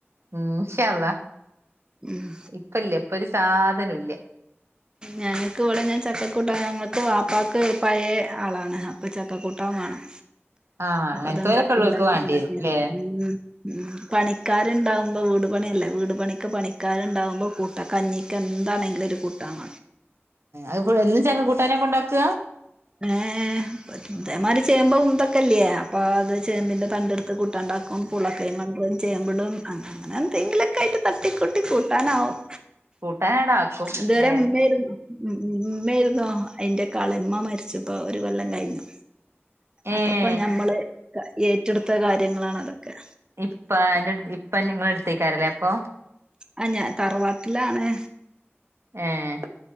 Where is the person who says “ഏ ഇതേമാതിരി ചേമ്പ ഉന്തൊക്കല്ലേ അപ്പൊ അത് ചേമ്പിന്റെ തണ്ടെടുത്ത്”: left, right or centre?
Right